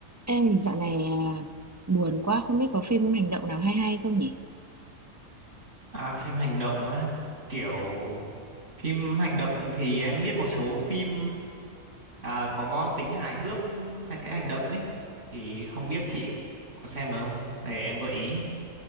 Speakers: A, on the right (about 15°); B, on the right (about 60°).
A: Em dạo này à, buồn quá không biết có phim hành động nào hay hay không nhỉ?
B: À, phim hành động á, kiểu phim hành động thì em biết một số phim à, có tính hài hước xen kẽ hành động ấy, thì không biết chị có xem được không? Để em gợi ý.